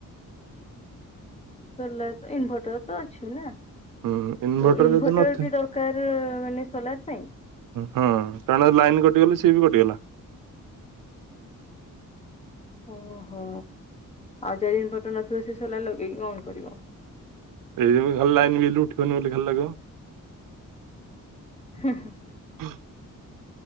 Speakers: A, on the left (about 20°); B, on the right (about 80°).
A: ସ ଇନଭର୍ଟର ତ ଅଛି ନା
B: ହୁଁ ଇନଭର୍ଟର
A: ଓ ଇନଭଟର
B: ଯଦି ନଥିବ
A: ବି ଦରକାର ମାନେ ସୋଲାର ପାଇଁ
B: ହଁ କାରଣ ଲାଇନ କଟିଗଲା ସି ବି କଟିଗଲା?
A: ଓହୋ ଆଉ ଯାରିିନ ଘଟ ନଥିବ ସେ ସିଲା ଲଗେଇକି କଣ କରିବ।
B: ଏଇ ଭଲ ଲାଗନ ବିଲ ଉଠିବନି ବୋଲି ଖାଲି ଲଗେଇବ।
A: ହଁ ହଁ
B: ହୁଁ <inaudible>